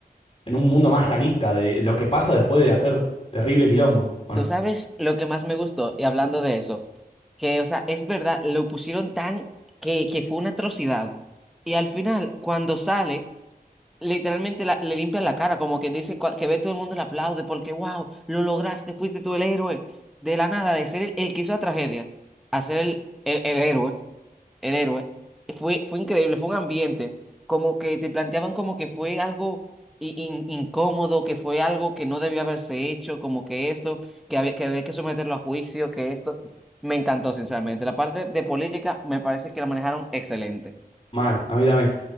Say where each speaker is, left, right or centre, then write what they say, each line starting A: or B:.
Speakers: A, on the left; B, in the centre.
A: en un mundo más realista de lo que pasa después de hacer terrible quilombo, ¿o
B: Tú
A: no?
B: sabes lo que más me gustó, y hablando de eso, que, o sea, es verdad, lo pusieron tan que, que fue una atrocidad. Y al final, cuando sale, literalmente la- le limpian la cara, como quien dice cua- que ve todo el mundo y le aplaude, porque, wow, lo lograste, fuiste tú el héroe. De la nada, de ser el, el que hizo la tragedia, a ser el, el, el héroe el héroe, fue, fue increíble, fue un ambiente, como que te planteaban como que fue algo i- in- incómodo, que fue algo que no debió haberse hecho, como que esto, que había que, había que someterlo a juicio, que esto. Me encantó, sinceramente. La parte de política me parece que la manejaron excelente.
A: Mal, a mí también.